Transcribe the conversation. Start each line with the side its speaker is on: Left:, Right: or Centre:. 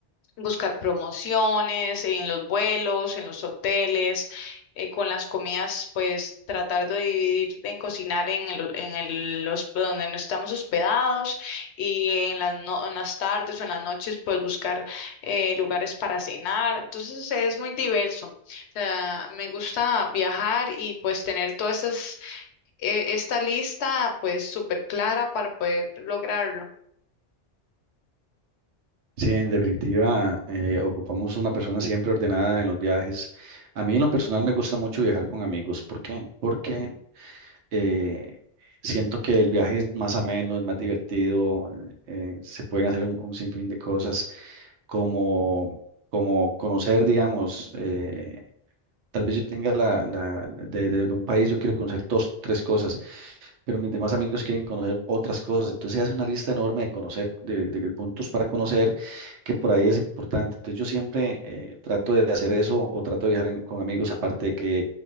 Left: Buscar promociones en los vuelos, en los hoteles, eh, con las comidas, pues tratar de dividir en cocinar en el, en el, los, donde no estamos hospedados y en las, no- en las tardes o en las noches, pues buscar eh, lugares para cenar. Entonces es muy diverso. O sea, me gusta viajar y pues tener todas esas eh, esta lista pues súper clara para poder lograrlo.
Right: Sí, en definitiva, eh, ocupamos una persona siempre ordenada en los viajes. A mí en lo personal me gusta mucho viajar con amigos. ¿Por qué? Porque eh, siento que el viaje es más ameno, es más divertido, eh, se pueden hacer un, un sinfín de cosas. como, como conocer, digamos, eh, tal vez yo tenga la, la- de, de un país, yo quiero conocer dos, tres cosas, pero mis demás amigos quieren conocer otras cosas. Entonces se hace una lista enorme de conocer, de, de puntos para conocer, que por ahí es importante. Entonces yo siempre eh, trato de hacer eso o trato de viajar en- con amigos, aparte de que